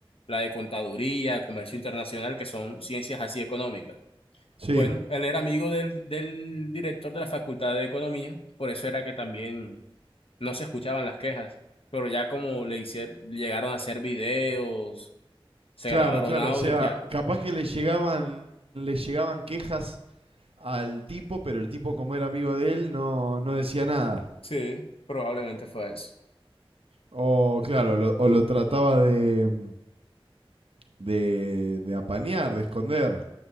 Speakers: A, on the left (about 75°); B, on the right (about 75°).
A: la de contaduría, comercio internacional, que son ciencias así económicas
B: Sí,
A: bueno, él era amigo del, del director de la Facultad de Economía, por eso era que también no se escuchaban las quejas, pero ya como le hicieron, llegaron a hacer videos, se
B: claro,
A: grabaron
B: claro,
A: audios,
B: o sea,
A: ya.
B: capaz que le llegaban, le llegaban quejas al tipo, pero el tipo como era amigo de él no, no decía nada.
A: Sí, probablemente fue eso.
B: O claro, lo- o lo trataba de, mm, de, de apañar, de esconder.